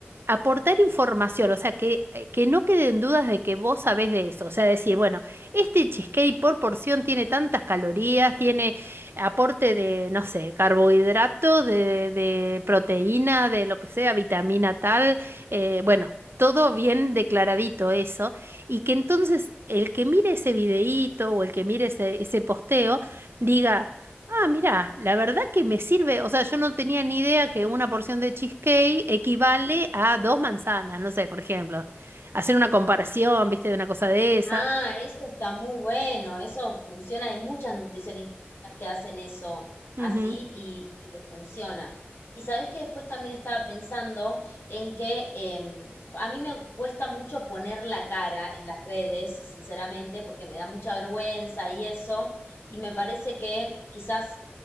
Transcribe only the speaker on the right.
aportar información, o sea, que, eh, que no queden dudas de que vos sabés de eso. O sea, decir, bueno, este cheesecake por porción tiene tantas calorías, tiene aporte de, no sé, carbohidratos, de, de proteína, de lo que sea, vitamina tal. eh, bueno, todo bien declaradito eso y que entonces el que mire ese videíto o el que mire ese, ese posteo diga, ah, mira, la verdad que me sirve, o sea, yo no tenía ni idea que una porción de cheesecake equivale a dos manzanas, no sé, por ejemplo, hacer una comparación, viste, de una cosa de esa.
Ujú,